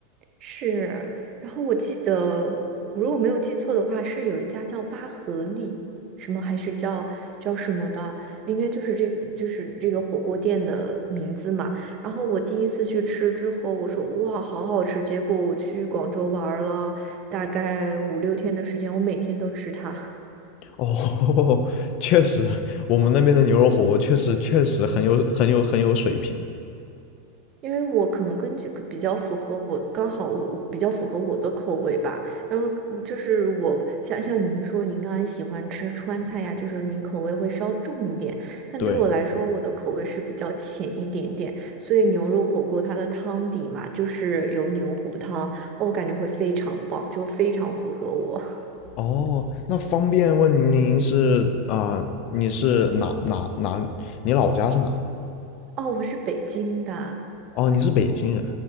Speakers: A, on the right; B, on the left.
A: 是，然后我记得，我如果没有记错的话，是有一家叫巴合利，什么还是叫叫什么的，应该就是这个，就是这个火锅店的名字嘛。然后我第一次去吃之后，我说哇，好好吃。结果我去广州玩儿了大概五六天的时间，我每天都吃它。
B: 哦，<laughs> 确实，我们那边的牛肉火锅确实确实很有很有很有水平。
A: 因为我可能跟这个比较符合我，刚好我我比较符合我的口味吧。然后嗯就是我像像您说，您刚才喜欢吃川菜呀，就是您口味会稍重一点。但对我来说，
B: 对，
A: 我的口味是比较浅一点点，所以牛肉火锅它的汤底嘛，就是有牛骨汤，哦我感觉会非常棒，就非常符合我。<laughs>
B: 哦，那方便问您是啊、你是哪哪哪？你老家是哪？
A: 哦，我是北京的，
B: 哦，你是北京人。